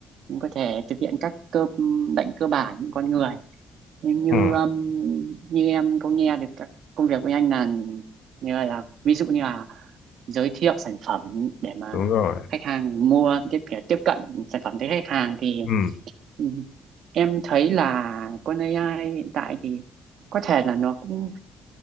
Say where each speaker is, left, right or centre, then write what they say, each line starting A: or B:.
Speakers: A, on the right; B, on the left.
A: cũng có thể thực hiện các cơ lệnh cơ bản những con người nhưng như
B: Ừ,
A: um, như em có nghe được các công việc của anh là như là ví dụ như là giới thiệu sản phẩm để mà
B: đúng rồi.
A: khách hàng mua tiếp để tiếp cận sản phẩm tới khách hàng thì
B: Ừ,
A: ừ, em thấy là con AI hiện tại thì có thể là nó cũng